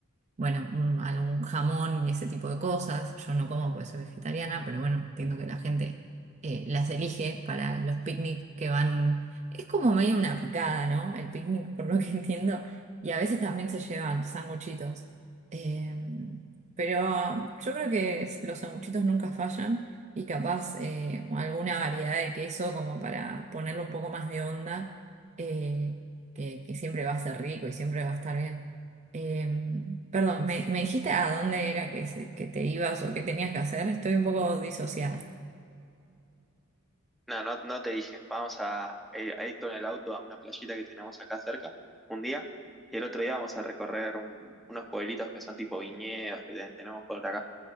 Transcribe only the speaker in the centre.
No, no, no te dije, vamos a, eh, a ir con el auto a una playita que tenemos acá cerca un día, y el otro día vamos a recorrer un- unos pueblitos que son tipo viñedos que te- tenemos por acá.